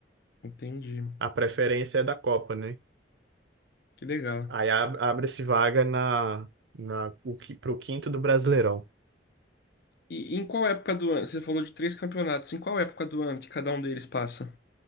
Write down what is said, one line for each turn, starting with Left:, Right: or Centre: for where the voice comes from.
Left: Entendi.
Right: A preferência é da Copa, né?
Left: Que legal.
Right: Aí ab- abre-se vaga na, na o que para o quinto do Brasileirão.
Left: E em qual época do ano? Você falou de três campeonatos. Em qual época do ano que cada um deles passa?